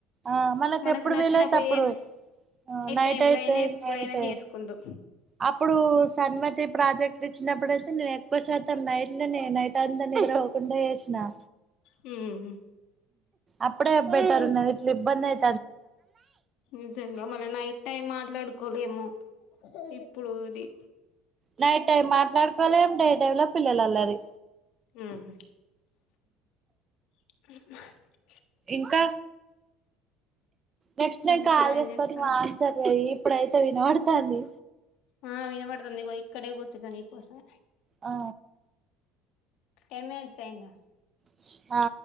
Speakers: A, on the right; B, on the left.
A: ఆ మనకి
B: మనకు
A: ఎప్పుడు
B: నచ్చినప్పుడు
A: వీలైతే అప్పుడు
B: ఏ
A: ఉ నైట్
B: టైమ్
A: అయితే
B: లో అయినా ఎప్పుడైనా
A: నైట్
B: చేసుకుందాం
A: అప్పుడు సన్మతి ప్రాజెక్ట్ ఇచ్చిన్నప్పుడైతే నేను ఎక్కువ శాతం నైట్లనే నైట్ అంతా నిద్ర పోకుండా చేసిన
B: హ్మ్
A: అప్పుడే బెటర్ ఉన్నది ఇట్ల ఇబ్బందయి
B: నిజంగా మళ్ళీ నైట్ టైం మాట్లాడుకోలేము. ఇప్పుడుది
A: నైట్ టైం మాట్లాడుకోలేమ్ డే టైమ్ ల పిల్లలల్లరి.
B: ఉహూ <inaudible>
A: ఇంకా నెక్స్ట్ నేను
B: ఇంకా
A: కాల్
B: ఏం
A: చేస్తా
B: చేస్తావ్
A: నువ్వాన్సర్ చెయ్యి ఇప్పుడైతే వినబడుతాంది
B: ఆ వినబడుతాంది ఇగో ఇక్కడే కూర్చున్న నీ కోసం
A: ఆ
B: ఎమడు సైంద
A: ఆ